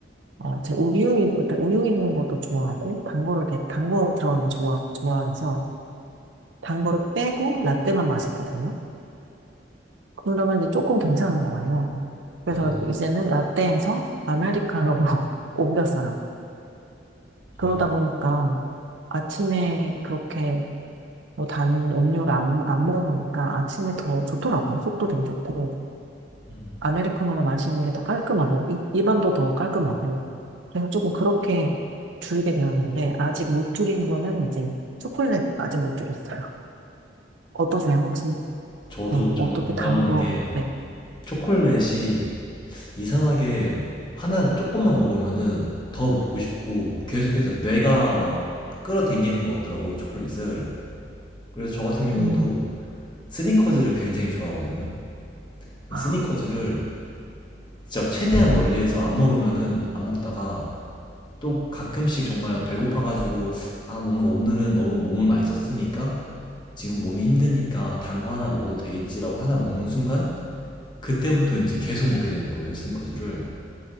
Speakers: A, on the right; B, on the left.
A: 어, 제 우유, 있- 일단 우유 있는 것도 좋아하고, 단 거를, 대- 단 거 들어가는 게 좋아, 좋아해서, 단 거를 빼고, 라떼만 마셨거든요. 그러면 이제 조금 괜찮은 거예요. 그래서
B: 음,
A: 이제는 라떼에서 아메리카노로 <laughs> 옮겼어요. 그러다
B: 음,
A: 보니까 아침에 그렇게 뭐 단 음료를 안, 안 먹으니까 아침에 더 좋더라고요. 속도 되게 좋고.
B: 음.
A: 아메리카노를 마시는 게 더 깔끔하고, 이- 입안도 더 깔끔하고. 그래서 조금 그렇게 줄이게 되었는데, 아직 못 줄인 거는 이제 초콜릿 아직 못 줄였어요. 어떠세요, 혹시?
B: 저도
A: 네,
B: 정말
A: 어떻게
B: 공감하는
A: 단 거,
B: 게
A: 네.
B: 초콜릿이 이상하게 하나 조금만 먹으면은 더 먹고 싶고 계속해서 뇌가 막 끌어당기는 것 같더라고요, 초콜릿을. 그래서 저 같은 경우도
A: 음,
B: 스니커즈를 굉장히 좋아하거든요. 근데
A: 아,
B: 스니커즈를 진짜 최대한 멀리에서 안 먹으면은 안 먹다가 또 가끔씩 정말 배고파가지고 아 뭔가 오늘은 너무 몸을 많이 썼으니까 지금 몸이 힘드니까 단거 하나 먹어도 되겠지라고 하나 먹는 순간 그때부터 이제 계속 먹게 되는 거예요 스니커즈를.